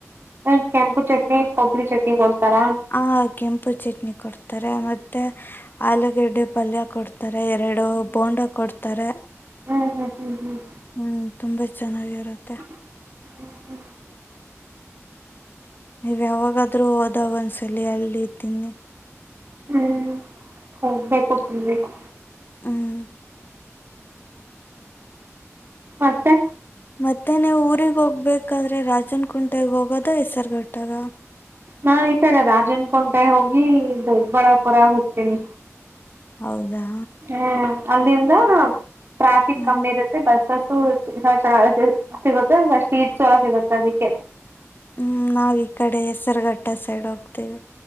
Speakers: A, on the right (about 50°); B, on the left (about 40°).
A: ಒ ಕೆಂಪ ಚಟ್ನಿ ಕೊಬ್ರಿ ಚಟ್ನಿ ಕೊಡ್ತಾರಾ.
B: ಹಾ ಕೆಂಪು ಚಟ್ನಿ ಕೊಡ್. ಕೊಡ್ತಾರೆ ಮತ್ತೆ ಆಲೂಗೆಡ್ಡೆ ಪಲ್ಯ ಕೊಡ್ತಾರೆ ಎರಡು ಬೋಂಡಾ ಕೊಡ್ತಾರೆ.
A: ಹ್ಮ್ಮ್ ಹ್ಮ್ಮ್ ಹ್ಮ್ಮ್ ಹ್ಮ್ಮ್.
B: ಹ್ಮ್ ತುಂಬಾ ಚನ್ನಾಗಿರುತ್ತೆ.
A: ಹ್ಮ ಹ್ಮ.
B: ನಿವ್ ಯಾವಾಗಾದ್ರೂ ಹೋದಾಗ್ ಒಂದ್ಸಲಿ ಅಲ್ಲಿ ತಿನ್ನಿ.
A: ಹ್ಮ್ ಒಗ್ಬೇಕು ತಿನ್ಬೇಕು.
B: ಹ್ಮ್ಮ್.
A: ಮತ್ತೆ.
B: ಮತ್ತೆ ನೀವು ಊರಿಗ್ ಹೋಗ್ಬೇಕಾದ್ರೆ ರಾಜನ್ ಕುುಂಟೆಗ್ ಹೋಗದ ಹೆಸ್ರುಗಟ್ಟಾಗ.
A: ನಾನ್ ಈತಡೆ ರಾಜನ್ಕಂಟೆ ಹೋಗಿ ದೊಡ್ಬಳ್ಳಾಪುರ ಹೋಗ್ತಿವಿ.
B: ಹೌದಾ.
A: ಹ್ಮ್ ಅಲ್ಲಿಂದ ಟ್ರಾಫಿಕ್
B: ಹ
A: ಕಮ್ಮಿ ಇರುತ್ತೆ ಬಸ್ಸಸು. <unintelligible> ಸಿಗುತ್ತ ಮತ್ ಸಿಟ್ಸ್ ಎಲ್ಲ ಸಿಗುತ್ತೆ ಅದಿಕೆ.
B: ಹ್ಮ್ ನಾವ್ ಈಕಡೆ ಹೆಸ್ರುಗಟ್ಟ ಸೈಡ್ ಹೋಗ್ತಿವಿ.